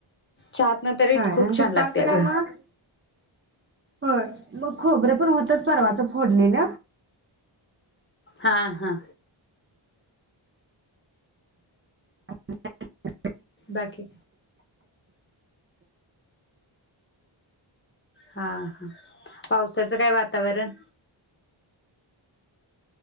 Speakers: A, on the left (about 25°); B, on the right (about 30°).
A: चाहातना तरी
B: होय
A: खूप
B: आणि दुपारचं
A: छान लागते अग
B: काय मग होय मग खबरे पण होतच परवाच फोडलेल
A: हा, हा
B: रिकामा ऑडिओ
A: बाकी हा, हा पावसाच काय वातावरण